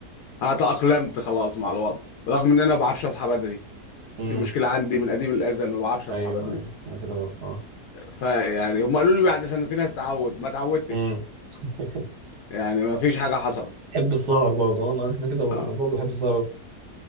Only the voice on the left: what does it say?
انا تأقلمت خلاص مع الوضع رغم ان انا ما بعرفش اصحى بدري
دي مشكلة عندي من قديم الأزل ما بعرفش أصحى
بدري
فيعني هم قالوا لي بعد سنتين هتتعود ما اتعودتش
يعني ما فيش حاجة حصلت
اه